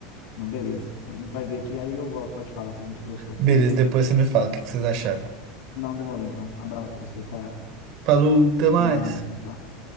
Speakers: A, on the left (about 70°); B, on the right (about 55°).
A: não, beleza. A gente vai ver aqui, aí eu volto pra te falar se a gente gostou.
B: Beleza, depois você me fala o que que vocês acharam.
A: Não demorou então. Abraço pra você, cara.
B: Falou, até mais.
A: Até mais, tchau, tchau.